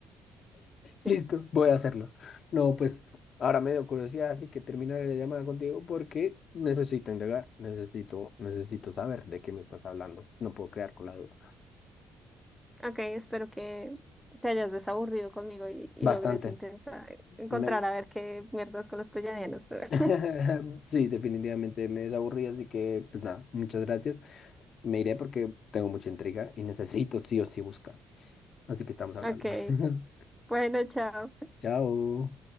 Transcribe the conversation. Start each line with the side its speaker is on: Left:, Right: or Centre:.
Centre: Sí,
Left: Listo, voy a hacerlo. No, pues ahora me dio curiosidad, así que terminaré la llamada contigo porque necesito indagar, necesito, necesito saber de qué me estás hablando. No puedo quedar con la duda.
Centre: ok, espero que te hayas desaburrido conmigo y, y
Left: Bastante.
Centre: logres intentar encontrar
Left: Me-
Centre: a ver qué mierdas con los pleyadianos, pero <laughs>
Left: <laughs> Sí, definitivamente me desaburrí, así que pues nada, muchas gracias. Me iré porque tengo mucha intriga y necesito sí o sí buscar. Así que estamos hablando.
Centre: ok,
Left: <laughs>
Centre: bueno, chao.
Left: Chao.